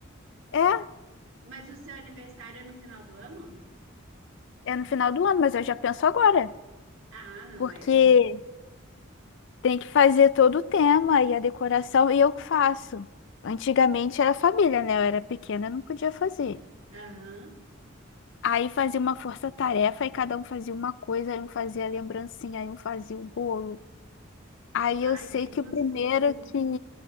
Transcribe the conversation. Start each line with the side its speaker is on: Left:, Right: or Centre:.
Left: é,
Right: Mas o seu aniversário é no final do ano?
Left: é no final do ano, mas eu já penso agora,
Right: Ah, não,
Left: porque
Right: é. com cer-
Left: tem que fazer todo o tema e a decoração, e eu que faço. Antigamente era família, né? Eu era pequena, eu não podia fazer.
Right: Aham.
Left: Aí fazia uma força-tarefa e cada um fazia uma coisa, aí um fazia a lembrancinha, aí um fazia o bolo. Aí
Right: Ai,
Left: eu sei
Right: que
Left: que
Right: gostosura.
Left: o primeiro que